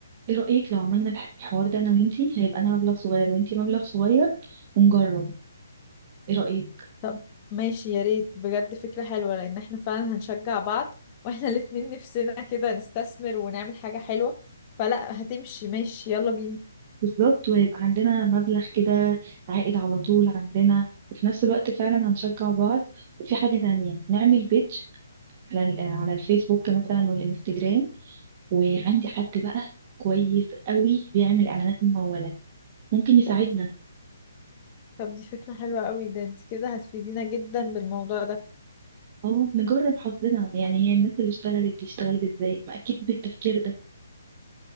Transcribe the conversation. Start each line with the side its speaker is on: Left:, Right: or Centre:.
Right: ايه رأيك لو عملنا الح- الحوار ده انا وانتي هيبقى انا مبلغ صغير وانتي مبلغ صغير ونجرب ايه رأيك
Left: طب ماشي يا ريت بجد فكرة حلوة لأن احنا فعلا هنشجع بعض واحنا الاتنين نفسنا كده نستثمر ونعمل حاجة حلوة فلا هتمشي ماشي يلا بينا
Right: بالظبط ويبقى عندنا مبلغ كده عائد على طول عندنا وفي نفس الوقت فعلا هنشجع بعض وفي حاجة تانية نعمل بيدج على ال- على الفيسبوك مثلا والانستجرام وعندي حد بقى كويس قوي بيعمل اعلانات ممولة ممكن يساعدنا
Left: طب دي فكرة حلوة قوي ده انت كده هتفيدينا جدا بالموضوع ده
Right: اه نجرب حظنا يعني هي الناس اللي اشتغلت دي اشتغلت ازاي ما اكيد بالتفكير ده